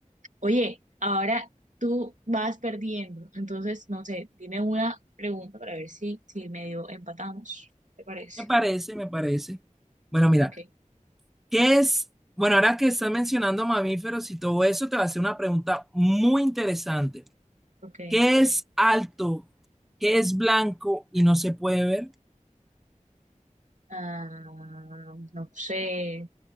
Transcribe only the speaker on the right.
Oye, ahora tú vas perdiendo. Entonces, no sé, dime una pregunta para ver si, si medio empatamos. ¿Te parece?
Ok,
ok.
Ah, no sé,